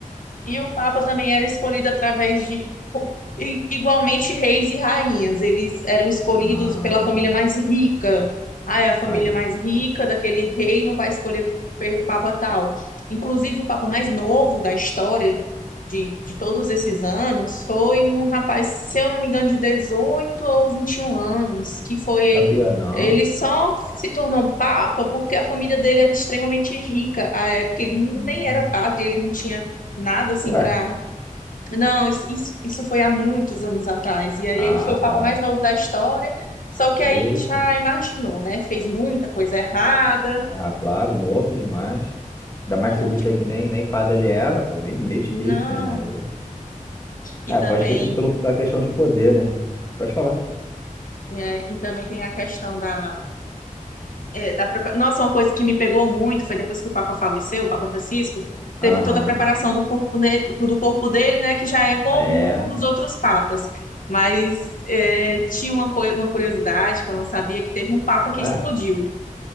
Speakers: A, on the left; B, on the left.
A: E o Papa também era escolhido através de, i- igualmente, reis e rainhas. Eles eram escolhidos
B: Não,
A: pela família mais rica. Ah, é a família
B: aí.
A: mais rica daquele rei não vai escolher pe- Papa tal. Inclusive, o Papa mais novo da história de, de todos esses anos foi um rapaz, se eu não me engano, de 18 ou 21 anos, que foi.
B: Sabia não.
A: Ele só se tornou um papa porque a família dele era extremamente rica. À época, ele
B: Hum.
A: nem era padre, ele não tinha nada assim
B: Ué,
A: pra. Não, isso, isso, isso foi há muitos anos atrás. E aí
B: ah,
A: ele foi o papa
B: tá.
A: mais novo da história. Só que aí
B: Eita,
A: já imaginou, né? Fez muita coisa errada.
B: ah, claro, novo demais. Ainda mais
A: Novo
B: que você disse
A: de...
B: aí que nem, nem padre ele era, pô, meio, meio difícil,
A: Não.
B: né? Aí,
A: E
B: é,
A: também.
B: pode ter sido pela a questão de poder, né? Pode falar.
A: é, e também tem a questão da, é, da prepa- Nossa, uma coisa que me pegou muito foi depois que o Papa faleceu, o Papa Francisco, teve
B: Aham,
A: toda a preparação do corpo, ne- do corpo dele, né, que já é comum
B: é.
A: dos outros papas. Mas é, tinha uma, coi- uma curiosidade que eu não sabia, que teve um papa
B: Ué,
A: que explodiu.